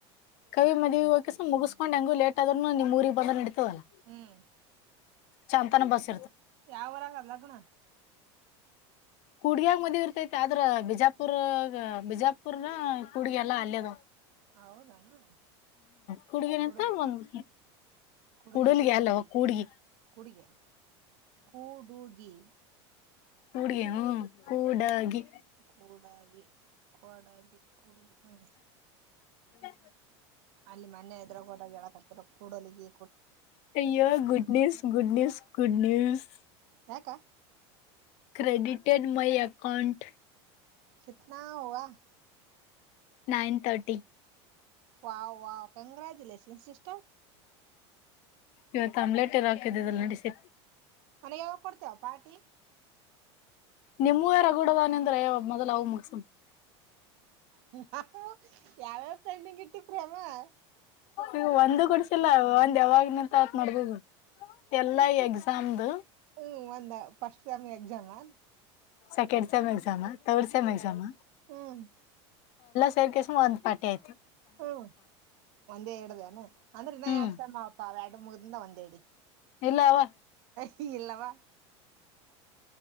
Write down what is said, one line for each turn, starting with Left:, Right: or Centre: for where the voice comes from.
Left: ಕವಿ ಮದಿ ಹೋಗಕಸ ಮುಗಸ್ಕೊಂಡ್ ಹೆಂಗ ಲೇಟ್ ಆದದನು ನಿಮ್ಮ ಊರಿಗೆ ಬಂದ ಇಡ್ತದಲ್ಲಾ
Right: ಹ್ಮ್
Left: ಚಂತನ ಬಸ
Right: ಯಾವರಾಗ ಲಗ್ನ
Left: ಕೂಡ್ಗಿಯಾಗ ಮದ್ವಿ ಇರ್ತೈತಿ ಆದ್ರ ಬಿಜಾಪುರ್ ಬಿಜಾಪುರ್ನ ಕೂಡ್ಗ ಎಲ್ಲಾ ಅಲ್ಲಯದ
Right: ಹೌದಾನ
Left: ಕೂಡ್ಗಿನಂತ
Right: ಕುಡಲಿ
Left: ಒಂದ್
Right: ಕುೂಡಲಿ
Left: ಕೂಡಲ್ಗಿ
Right: ಕೂಡಲಿ
Left: ಅಲ್ಲವ ಕೂಡ್ಗಿ
Right: ಕುಡಿಗೆ ಕೂಡುಗಿ
Left: ಹೂಡ್ಗ ಹ ಕುಡಾಗಿ
Right: ಕೂಡಾಲಿ ಕಡಾಲಿ ಕೂಡ ಹ್ಮ
Left: ಅ
Right: ಅಲ್ಲಿ ಮನೆ ಅದ್ರಾಗ ಹೊರ ಎಕ್ತರ ಕೂಡೋಲಿಗೆ
Left: ಅಯ್ಯೋ good news good news good news
Right: ಯಕ
Left: ಕ್ರೆಡಿಟೆಡ್ ಮೈ ಅಕಾೌಂಟ್
Right: ಕತನಾ ಹ
Left: ನೈನ್ ತರ್ಟಿ
Right: ವಹ್ ವಹ್ ಕಂಗ್ರಾಜುಲಷನ್ ಸಿಸರ್
Left: ಇವತ್ತು ಆಮ್ಲೆಟ್ ಇರ್ ಹಾಕ್ದೆಲ್ಲ ನಡಸತಿ
Right: ಅಣ್ಣ ಯಾವಾಗ ಕೊಡ್ತೇವ ಪಾರ್ಟಿ
Left: ನಿಮ್ಮೂ ರಗೂಡದಾನೆ ಅಂದ್ರೆ ಮೊದಲ ಅವು ಮುಗಸ
Right: ನಾವು <unintelligible>
Left: ಈಗ ಒಂದು ಕೊಡ್ಸಿಲ್ಲ ಒಂದ್ ಯಾವಾಗನಂತ ಆತ್ ಮಾಡ್ದುದು ಎಲ್ಲಾ ಎಕ್ಸಾಮ್ದ
Right: ಹ್ಮ್ ಫಸ್ಟ್ ಎಕ್ಸಾಮ್ ಅ
Left: second sem exam third sem exam
Right: ಹ್ಮ್
Left: ಸರ್ ಕೆಸ್ ಒ ಪಾ ಆಯತು
Right: ಹ್ಮ್ ಒಂದೇ ಹೇಳಡ್ದಾನ ಅಂದ್ರೆ ನ
Left: ಹ್ಮ್
Right: ಎಡ್ಸಮ್ಮ ಅಪ್ಪ್ಯಾಡು ಮುಗ್ದಿಂದ ಒಂದೇ ಹೇಳಡಿ
Left: ಎಲ್ಲವಾ
Right: ಹ ಇಲ್ಲವಾ